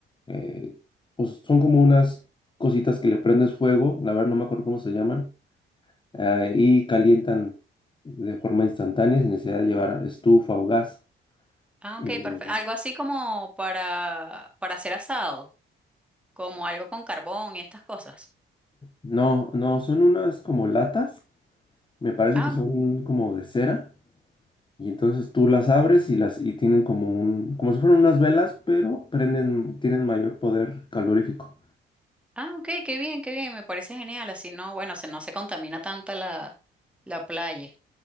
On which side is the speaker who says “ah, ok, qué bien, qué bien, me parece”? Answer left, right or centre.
Centre